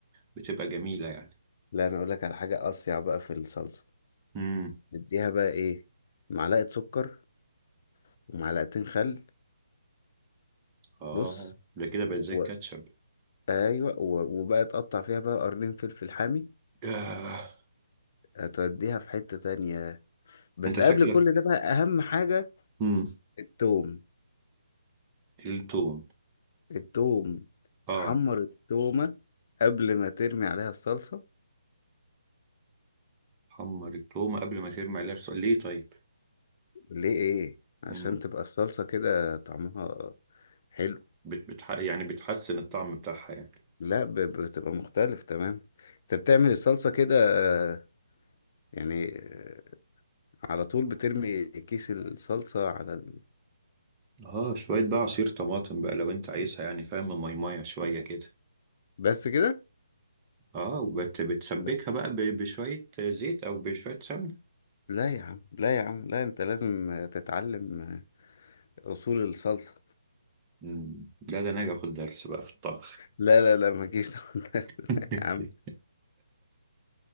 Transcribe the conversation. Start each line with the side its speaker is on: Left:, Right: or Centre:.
Right: بتبقى جميلة يعني
Left: لا انا اقول لك على حاجة اصيع بقى في الصلصة
Right: امم
Left: اديها بقى ايه معلقة سكر ومعلقتين خل
Right: اه
Left: بص
Right: ده كده بقت
Left: و...
Right: زي الكاتشب
Left: ايوه و... وبقى تقطع فيها بقى قرنين فلفل حامي
Right: آه.
Left: هتوديها في حتة تانية بس
Right: انت شكلك
Left: قبل كل ده بقى أهم حاجة
Right: امم
Left: التوم
Right: التوم
Left: التوم
Right: اه
Left: تحمر التومة قبل ما ترمي عليها الصلصة
Right: حمر التومة قبل ما ترمي عليها الص- ليه طيب
Left: ليه إيه؟ عشان
Right: امم
Left: تبقى الصلصة كده طعمها حلو
Right: بت... بتح... يعني بتحسن الطعم بتاعها يعني
Left: لا ب- بتبقى مختلف تمام أنت بتعمل الصلصة كده آه، يعني آه، على طول بترمي كيس الصلصة على ال...
Right: اه شوية بقى عصير طماطم بقى لو انت عايزها يعني فاهم ميمية شوية كده
Left: بس كده؟
Right: اه وبت بتسبكها
Left: لا
Right: بقى ب- بشوية زيت او بشوية سمنة
Left: لا يا عم لا يا عم لا أنت لازم آه، تتعلم آه، أصول الصلصة
Right: مم، لا ده انا هاجي اخد درس بقى في الطبخ
Left: لا لا لا ما تجيش تاخد ده.
Right: <laughs>
Left: <laughs> يا عم